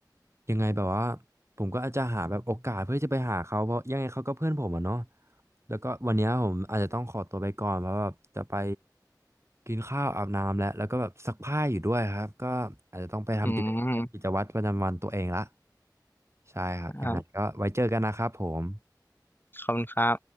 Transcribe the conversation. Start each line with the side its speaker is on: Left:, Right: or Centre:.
Right: ยังไงแบบว่าผมก็อาจจะหาแบบโอกาสเพื่อจะไปหาเขาเพราะยังไงเขาก็เพื่อนผมอะเนาะแล้วก็วันเนี้ยผมอาจจะต้องขอตัวไปก่อนเพราะแบบจะไปกินข้าวอาบน้ำแล้วแล้วก็แบบซักผ้าอยู่ด้วยครับก็อาจจะต้องไปทำกิจกิจวัตรประจำวันตัวเองละ
Left: อืม
Right: ใช่ครับยังไงก็ไว้เจอกันนะครับผม
Left: ครับขอบคุณครับ